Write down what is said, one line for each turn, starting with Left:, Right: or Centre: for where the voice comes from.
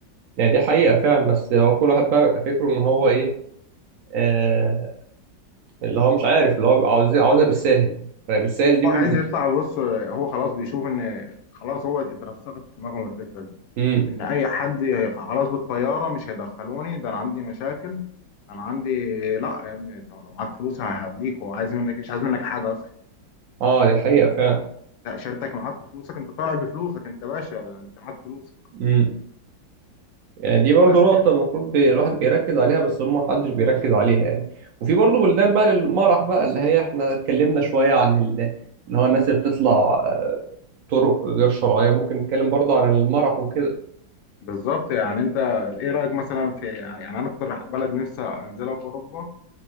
Right: يعني دي حقيقة فعلا بس هو كل واحد بقى بيبقى فكره إن هو إيه آه، اللي هو مش عارف اللي هو بيبقى عاوز عاوزها بالساهل فبالساهل دي
Left: هو
Right: بن...
Left: عايز يطلع بص هو خلاص بيشوف ان خلاص هو اترسخت في دماغهم الفكره دي
Right: امم
Left: ان اي حد هي- خلاص بالطياره مش هيدخلوني ده انا عندي مشاكل انا عندي لا يا ابني انت لو معاك فلوس هديك هو عايز منك مش عايز منك حاجه اصلا
Right: اه دي حقيقة فعلا
Left: لا شريكتك معاك وفلوسك انت طالع بفلوسك انت باشا انت معاك فلوسك
Right: امم يعني دي برضو
Left: بس
Right: نقطة
Left: يعني
Right: المفروض بي... الواحد بيركز عليها بس هم محدش بيركز عليها يعني وفي برضو بلدان بقى للمرح بقى اللي هي احنا اتكلمنا شوية عن ال... اللي هو الناس اللي بتطلع آه، طرق غير شرعية ممكن نتكلم برضو عن المرح وكده
Left: بالظبط يعني انت ايه رايك مثلا في يعني انا اكتر بلد نفسي انزلها في اوروبا